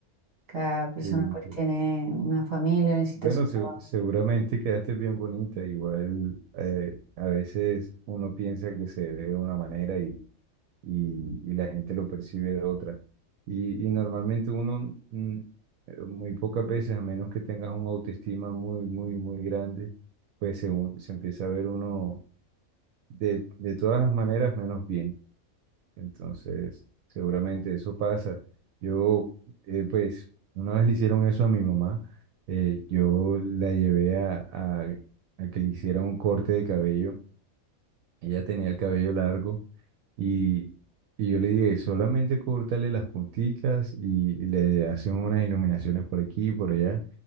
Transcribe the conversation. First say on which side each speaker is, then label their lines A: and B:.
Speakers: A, on the right; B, on the right.
A: cada persona
B: Sí,
A: pues
B: sí.
A: tiene una familia, necesita
B: Bueno,
A: su
B: se-
A: trabajo.
B: seguramente quedaste bien bonita. Igual eh, a veces uno piensa que se ve de una manera y y, y la gente lo percibe de otra. Y, y normalmente uno, mm, pero muy pocas veces, a menos que tengas un autoestima muy, muy, muy grande, pues se, u- se empieza a ver uno de, de todas las maneras menos bien. Entonces, seguramente eso pasa. Yo, eh, pues, una vez le hicieron eso a mi mamá, eh, yo la llevé a, a a que le hiciera un corte de cabello. Ella tenía el cabello largo y, y yo le dije, solamente córtale las punticas y, y le haces unas iluminaciones por aquí y por allá.